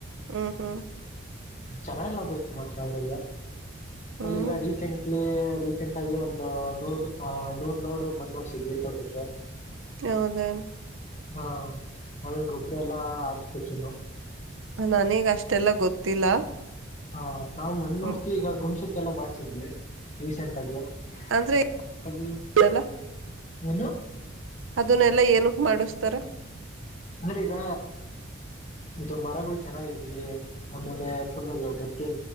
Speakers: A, on the right (about 75°); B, on the left (about 35°).
A: ಹ್ಮ್ ಹ್ಮ್
B: ಚೆನ್ನ ಎಲ್ಲ ಬಯ್ತು ಮಾತ್ರ ಅವ್ರರಿಗೆ
A: ಹ್ಮ್
B: ಅಲ್ಲಿ ಈಗ ರೀಸೆಂಟ್ ಇಲ್ಲಿ ರೀಸೆಂಟ್ ಆಗಿ ಒಂದು ನೂರ್ ನೂರ್ ಲೋಡು ಮಣೋಡ್ಸಿದ್ವಿ ತೋಟಕ್ಕೆ
A: ಹೌದಾ
B: ಹಾ ಆಮೇಲೆ ಗೊಬ್ಬ್ರ ಎಲ್ಲಾ ಹಾಚ್ಬೇಕ ಇನ್ನು
A: ನನೇಗ ಅಷ್ಟೇ ಅಷ್ಟೆಲ್ಲ ಗೊತ್ತಿಲ್ಲ
B: ಹೌ <unintelligible> ನಾ ಮಣ್ ನೋಡ್ತೀ
A: ಹ
B: ಈಗ ಗ <unintelligible> <unintelligible> ಲ್ಲ ಮಾಡ್ಸಿದ್ವಿ ರಿಸೆಂಟ್ ಆಗೆ ಹಾಗ
A: ಅಂದ್ರೆ ಏನಲ್ಲ
B: ಎನು <unintelligible>
A: ಅದನ್ನೆಲ್ಲಾ ಏನಕ್ ಮಾಡಿಸತಾರ
B: ಅಂದ್ರೀಗ ಇದು ಮರಗಳು ಚೆನ್ನಾಗಿರ್ಲಿ ಆಮೇಲೆ ಫುಲ್ ಗಟ್ಟಿಯ